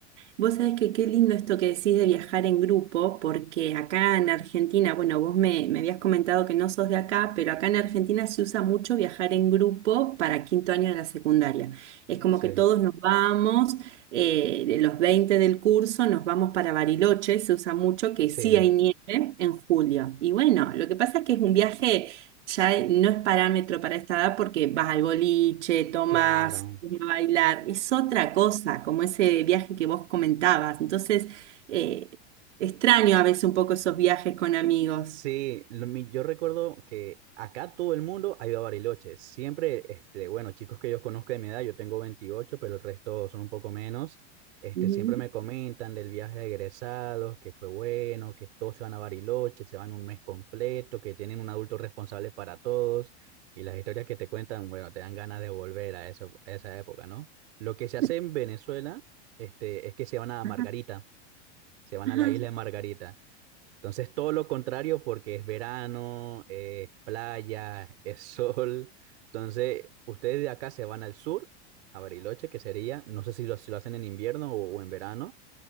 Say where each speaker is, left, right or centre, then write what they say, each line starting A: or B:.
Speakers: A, on the right; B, on the right.
A: Vos sabés que qué lindo esto que decís de viajar en grupo, porque acá en Argentina, bueno, vos me, me habías comentado que no sos de acá, pero acá en Argentina se usa mucho viajar en grupo para quinto año de la secundaria. Es como
B: Sí,
A: que todos nos vamos, eh, de los 20 del curso, nos vamos para Bariloche, se usa mucho, que
B: sí,
A: sí hay nieve en julio. Y bueno, lo que pasa es que es un viaje ya no es parámetro para esta edad porque vas al boliche, tomas,
B: claro.
A: vas a bailar, es otra cosa, como ese viaje que vos comentabas. Entonces, eh, extraño a veces un poco esos viajes con amigos.
B: Sí, lo mi- yo recuerdo que acá todo el mundo ha ido a Bariloche. Siempre, este, bueno, chicos que yo conozco de mi edad, yo tengo 28, pero el resto son un poco menos. Este,
A: Ujú.
B: siempre me comentan del viaje de egresados, que fue bueno, que todos se van a Bariloche, se van un mes completo, que tienen un adulto responsable para todos. Y las historias que te cuentan, bueno, te dan ganas de volver a eso- a esa época, ¿no? Lo que se hace
A: <laughs>
B: en Venezuela, este, es que se van a Margarita,
A: Ajá,
B: se van
A: ajá,
B: a la isla de Margarita. Entonces, todo lo contrario porque es verano, es playa, <laughs> es sol. Entonces, ustedes de acá se van al sur, a Bariloche, que sería, no sé si lo, si lo hacen en invierno o, o en verano,